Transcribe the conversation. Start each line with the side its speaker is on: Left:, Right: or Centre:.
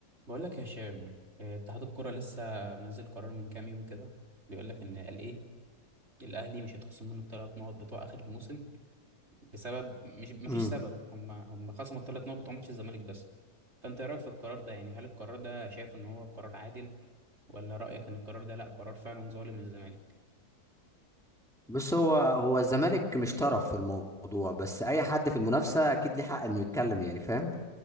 Right: بقول لك يا هشام آه، اتحاد الكرة لسه منزل قرار من كام يوم كده بيقول لك ان قال ايه الاهلي مش هيتخصم منه الثلاث نقط بتوع اخر الموسم بسبب مش مفيش
Centre: امم
Right: سبب هم هم خصموا الثلاث نقط بتوع ماتش الزمالك بس فانت ايه رايك في القرار ده يعني هل القرار ده شايف ان هو قرار عادل ولا رايك ان القرار ده لا قرار فعلا ظالم للزمالك
Centre: بص هو هو الزمالك مش طرف في الموضوع بس اي حد في المنافسه اكيد ليه حق انه يتكلم يعني فاهم